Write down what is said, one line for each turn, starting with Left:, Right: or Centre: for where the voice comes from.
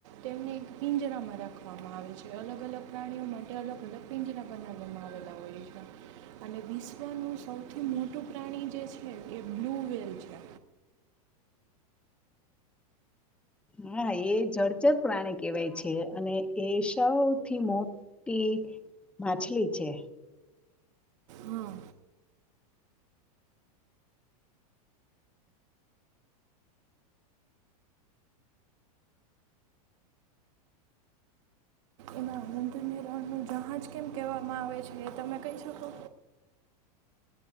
Right: તેમને એક પિંજરામાં રાખવામાં આવે છે અલગ અલગ પ્રાણીઓ માટે અલગ અલગ પિંજરા બનાવવામાં આવેલા હોય છે અને વિશ્વનું સૌથી મોટું પ્રાણી જે છે એ બ્લુ વેલ છે
Centre: હા એ જળચર પ્રાણી કેહેવાય છે અને એ સૌથી મોટીટી માછલી છે
Right: હા એમાં ઉંટની રણનું જહાજ કેમ કહેવામાં આવે છે એ તમે કહી શકો